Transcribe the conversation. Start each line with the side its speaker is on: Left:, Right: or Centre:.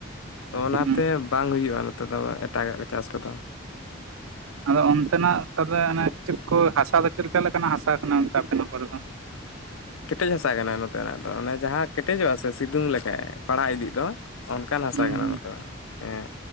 Left: ᱛᱚ ᱚᱱᱟᱛᱮ
Right: ᱦᱩᱸ
Left: ᱵᱟᱝ ᱦᱩᱭᱩᱜᱼᱟ ᱱᱚᱛᱮ ᱫᱚ ᱮᱴᱟᱜᱟᱜ ᱠᱚ ᱪᱟᱥ ᱠᱚᱫᱚ
Right: ᱟᱫᱚ ᱚᱱᱛᱮᱱᱟᱜ ᱛᱟᱞᱚᱞᱮ ᱠᱤᱪᱮᱫ ᱠᱚ ᱦᱟᱥᱟ ᱫᱚ ᱪᱮᱫ ᱞᱮᱠᱟᱱᱟᱜ ᱦᱟᱥᱟ ᱠᱟᱱᱟ ᱚᱱᱛᱮ ᱟᱯᱮ ᱚᱱᱟ ᱠᱚᱨᱮ ᱫᱚ
Left: ᱠᱮᱴᱮᱡ ᱦᱟᱥᱟ ᱠᱟᱱᱟ ᱱᱚᱛᱮᱱᱟᱜ ᱫᱚ ᱚᱱᱮ ᱡᱟᱦᱟᱸ ᱠᱮᱴᱮᱡᱚᱜᱼᱟ ᱥᱮ ᱥᱤᱛᱩᱝ ᱞᱮᱠᱷᱟ ᱯᱟᱲᱟᱜ ᱤᱫᱤᱜ ᱫᱚ ᱚᱱᱠᱟᱱ ᱦᱟᱥᱟ
Right: ᱦᱩᱸ
Left: ᱠᱟᱱᱟ
Right: ᱦᱩᱸ
Left: ᱱᱚᱛᱮᱱᱟᱜ ᱦᱮᱸ